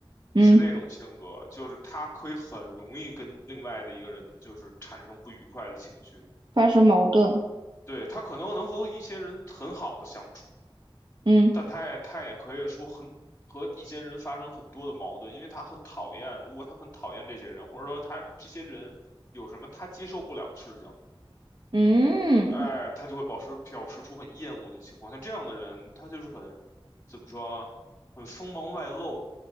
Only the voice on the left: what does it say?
是那种性格，就是他可以很容易跟另外的一个人就是产生不愉快的情绪。
对，他可能能和一些人很好的相处，
但他也他也可以说很和一些人发生很多的矛盾，因为他很讨厌，如果他很讨厌这些人，或者说他这些人有什么他接受不了的事情，
哎，他就会表示表示出很厌恶的情况。像这样的人，他就是很怎么说啊，很锋芒外露。